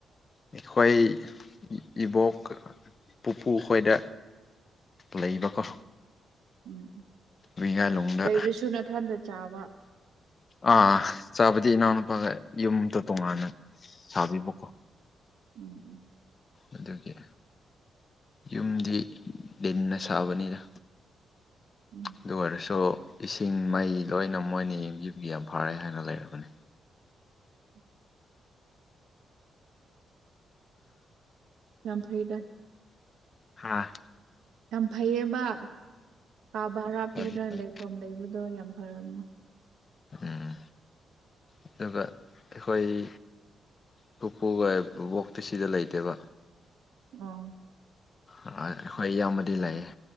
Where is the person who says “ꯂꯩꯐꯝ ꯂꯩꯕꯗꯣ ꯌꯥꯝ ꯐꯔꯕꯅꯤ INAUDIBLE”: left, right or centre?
Right